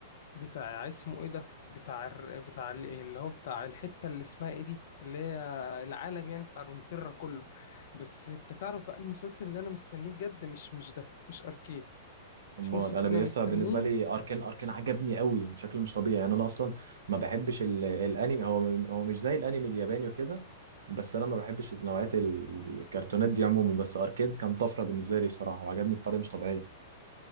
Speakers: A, on the left; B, on the right.
A: بتاع اسمه ايه ده بتاع الر- بتاع ال- اللي هو بتاع الحته اللي اسمها ايه دي اللي هي العالم يعني بتاع رونتيرا كله بس انت تعرف بقى المسلسل اللي انا مستنيه بجد مش مش ده مش اركين
B: امال
A: في مسلسل
B: انا
A: انا مستنيه
B: لسه بالنسبه لي اركان اركان عجبني قوي بشكل مش طبيعي يعني انا اصلا ما بحبش ال... الانمي هو هو مش زي الانمي الياباني وكده بس انا ما بحبش نوعيات الكرتونات دي عموما بس اركان كان طفره بالنسبه لي بصراحه وعجبني بطريقه مش طبيعيه